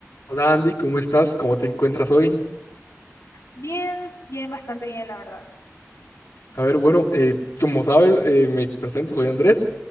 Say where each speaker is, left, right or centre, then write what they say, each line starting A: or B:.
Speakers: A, on the left (about 85°); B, on the left (about 70°).
A: Hola Andy, ¿cómo estás? ¿Cómo te encuentras hoy?
B: Bien, bien, bastante bien, la verdad.
A: A ver, bueno, eh, como sabes, eh, me presento, soy Andrés,